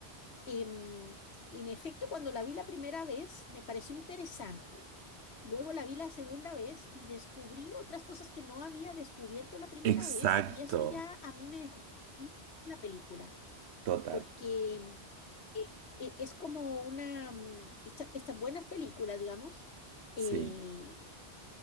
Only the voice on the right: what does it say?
exacto,
total,
sí,